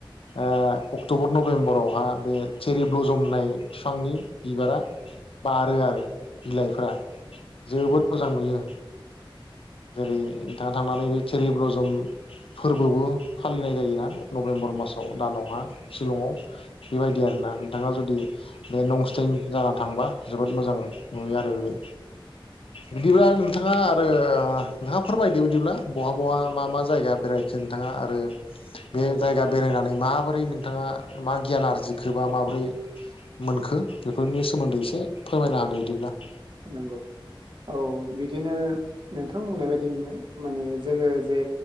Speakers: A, on the left; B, on the right.
A: आ अक्ट'बर, नभेम्बराव बहा बे चेरि ब्लजम होननाय बिफांनि बिबारा बारो आरो, बिलाइफ्रा जोबोद मोजां नुयो जेरै नोंथाङा थांनानै बै चेरि ब्लुजम फोरबोबो फालिनाय जायोना नभेम्बर मासाव दानावहा शिलंआव बेबायदि आरोना, नोंथाङा जुदि बे <unintelligible> जाना थांबा जोबोद मोजां नुयो आरो बे बिदिब्ला नों बा आरो नोंथाङा फोरमायदो बिदिब्ला बहा बहा मा मा जायगा बेरायखो नोंथाङा आ रो बे जायगा बेरायनानै माबोरै नोंथाङा मा गियान आरजिखोबा माबोरै मोनखो बेफोरनि सोमोन्दै एसे फोरमायना होदो बिदिब्ला
B: नंगौ औ बिदिनो नोंथां बुंनाय बायदिनो माने जोङो जे